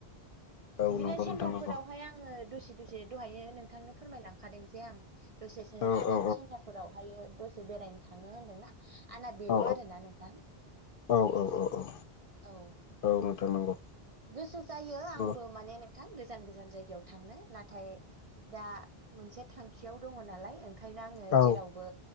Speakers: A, on the left; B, on the right.
A: औ
B: बिदिनो
A: नंगौ
B: सेन्टार
A: नोंथां नंगौ
B: फोरावहाय आङो दसे दसे दहायनो नोंथांनो फोरमायलांखादों जे आं दसे
A: औ
B: खाथिनि
A: औ
B: सेन्टारफोरावहायो दसे बेरायनो थांङो होनदोंना आंना बेल'
A: औ
B: आरोना नोंथां
A: औ औ औ
B: औ
A: औ नोथां नंगौ।
B: गोसो जायो आंबो
A: नंगौ
B: माने गोजान गोजान जायगायाव थांनो नाथाय दा मोनसे थांखियाव दङ नालाय ओंखायनो आङो
A: औ
B: जेरावबो